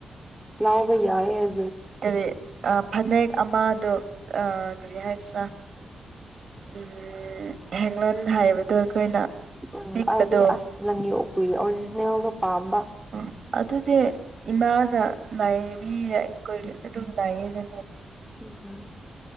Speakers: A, in the centre; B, on the right.
A: ꯂꯧꯕ ꯌꯥꯏꯑꯦ
B: ꯀꯔꯤ ꯐꯅꯦꯛ ꯑꯃꯗꯣ ꯀꯔꯤ ꯍꯥꯏꯁꯤꯔꯥ ꯎꯝ ꯍꯦꯡꯅꯟ ꯍꯥꯏꯕꯗꯣ ꯑꯩꯈꯣꯏꯅ
A: ꯎꯝ
B: ꯄꯤꯛꯄꯗꯣ
A: ꯍꯥꯏꯗꯤ ꯑꯁ ꯅꯪꯒꯤ ꯑꯣꯛꯄꯨꯏ ꯑꯣꯔꯤꯖꯤꯅꯦꯜꯒ ꯄꯥꯝꯕ
B: ꯎꯝ ꯑꯗꯨꯗꯤ ꯏꯃꯥꯅ ꯂꯩꯕꯤꯔꯦ ꯑꯩꯈꯣꯏ ꯑꯗꯨꯝ ꯂꯥꯩꯩꯌꯦꯗꯅ
A: ꯎꯝ